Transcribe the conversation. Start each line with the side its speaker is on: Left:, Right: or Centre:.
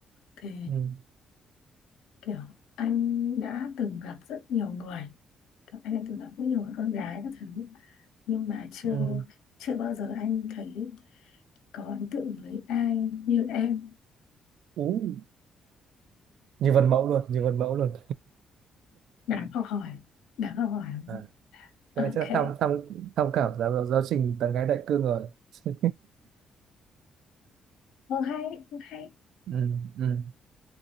Left: thì
Right: Ừ.
Left: kiểu anh đã từng gặp rất nhiều người anh đã từng gặp rất nhiều người con gái các thứ nhưng mà chưa
Right: Ừ.
Left: chưa bao giờ anh thấy có ấn tượng với ai như em
Right: Ú, như vần mẫu luôn, như vần mẫu luôn.
Left: đáng học hỏi đáng học hỏi
Right: à. Cái
Left: ok
Right: này chắc là tham tham tham khảo giáo giáo trình tán gái đại cương rồi. <laughs>
Left: không hay không hay
Right: ừ, ừ.